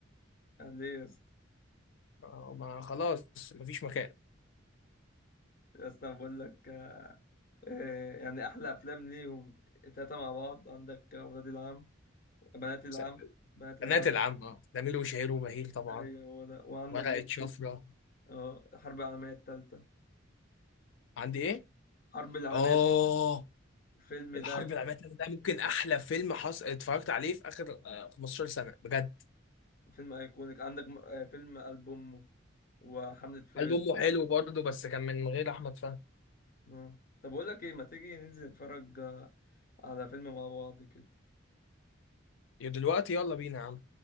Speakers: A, on the left; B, on the left.
A: أنا ليه يا اسطى
B: آه، ما خلاص مفيش مكان
A: يا اسطى أنا بقول لك آه، يعني احلى افلام ليهم التلاته مع بعض عندك ولاد العم بنات العم
B: بس
A: بنات العم
B: البنات العامة نميل وشهير وبهير طبعا
A: ايوه هو ده وعندك
B: ورقة
A: برضه
B: شفرة
A: اه الحرب العالميه الثالثه
B: عندي ايه؟
A: حرب العالميه
B: اه
A: الفيلم
B: الحرب
A: ده
B: العالمية التالتة ده ممكن أحلى فيلم حص... اتفرجت عليه في آخر آه، 15 سنة بجد
A: فيلم ايكونيك عندك م- آه، فيلم قلب امه وحمله فريز
B: قلب أمه حلو برضه بس كان من غير أحمد فهمي
A: اه طب اقول لك ايه ما تيجي ننزل نتفرج آه، على فيلم مع بعض كده
B: يا دلوقتي يلا بينا يا عم